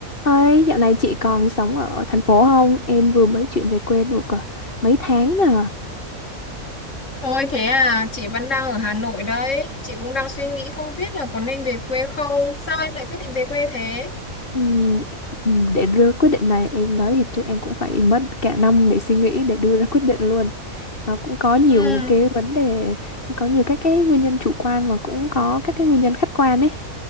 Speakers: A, on the left; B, on the left.
A: Ơi, dạo này chị còn sống ở thành phố không? Em vừa mới chuyển về quê được à, mấy tháng nè.
B: Ôi thế à, chị vẫn đang ở Hà Nội đấy. Chị cũng đang suy nghĩ không biết là có nên về quê không. Sao em lại quyết định về quê thế?
A: Ừm, ừm, để đưa quyết định này, em nói thiệt chứ em cũng phải mất cả năm để suy nghĩ, để đưa ra quyết định luôn. Nó cũng có nhiều
B: Ừ,
A: cái vấn đề, có nhiều các cái nguyên nhân chủ quan mà cũng có các cái nguyên nhân khách quan ấy.